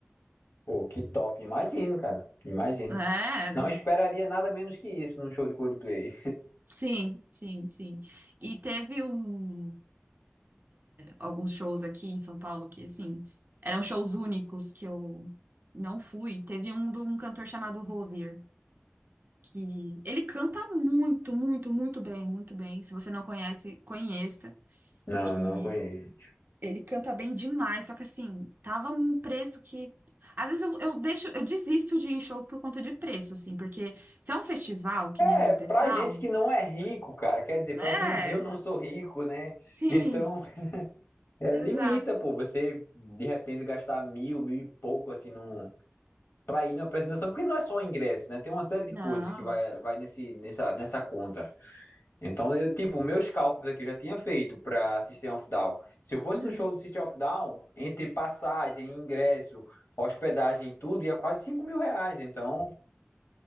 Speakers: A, on the left (about 65°); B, on the right (about 45°).
A: Pô, que top, imagino, cara. Imagino.
B: É, do-
A: Não esperaria nada menos que isso num show de Coldplay.
B: sim, sim, sim. E teve um. alguns shows aqui em São Paulo que, assim, eram shows únicos que eu não fui. Teve um de um cantor chamado Rosier, que ele canta muito, muito, muito bem, muito bem. Se você não conhece, conheça.
A: Não,
B: E
A: não conheço.
B: ele canta bem demais, só que assim, tava um preço que Às vezes eu, eu deixo, eu desisto de ir em show por conta de preço, assim, porque se é um festival, que
A: É,
B: nem o
A: pra
B: The Tal,
A: gente que não é rico, cara, quer dizer,
B: é,
A: pelo <laughs> menos eu não sou rico, né?
B: sim,
A: Então, é,
B: <laughs> exato.
A: limita, pô, você de repente gastar mil, mil e pouco, assim, num, para ir na apresentação, porque não é só o ingresso, né? Tem uma série de
B: Não.
A: coisas que vai, vai nesse, nessa, nessa conta. Então, eu, tipo, meus cálculos aqui eu já tinha feito para System of Down. Se eu fosse
B: Uhum.
A: no show do System of Down, entre passagem, ingresso, hospedagem e tudo, ia quase 5 mil reais. Então,